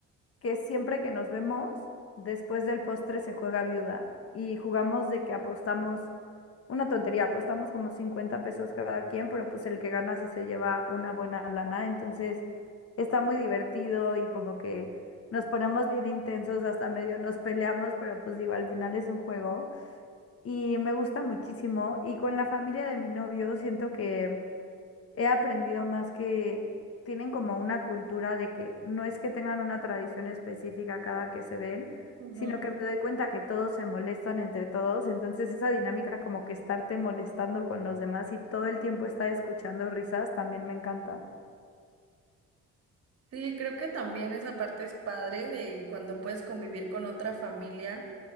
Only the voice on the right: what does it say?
Ujú.
Sí, creo que también esa parte es padre de cuando puedes convivir con otra familia